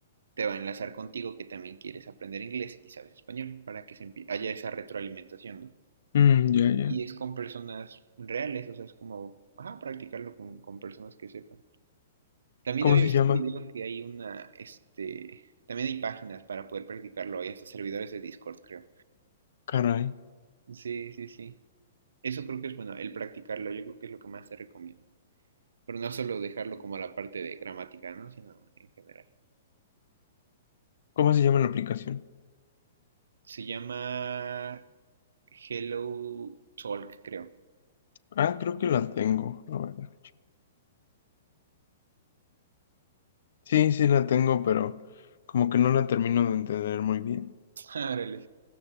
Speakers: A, on the right (about 85°); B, on the left (about 70°).
A: te va a enlazar contigo que también quieres aprender inglés y sabes español para que se empie- haya esa retroalimentación, ¿no?
B: Mm, ya, ya.
A: y es con personas reales, o sea, es como, ajá, practicarlo con, con personas que sepan. También
B: ¿Cómo
A: había
B: se
A: visto
B: llama?
A: un video que hay una, este, también hay páginas para poder practicarlo, hay hasta servidores de Discord, creo.
B: Caray.
A: Sí, sí, sí. Eso creo que es bueno, el practicarlo, yo creo que es lo que más te recomiendo. Pero no solo dejarlo como a la parte de gramática, ¿no? Sino en general.
B: ¿Cómo se llama la aplicación?
A: Se llama Hello Talk, creo.
B: Ah, creo que la tengo, la verdad. Sí, sí la tengo, pero como que no la termino de entender muy bien.
A: <laughs> Órale.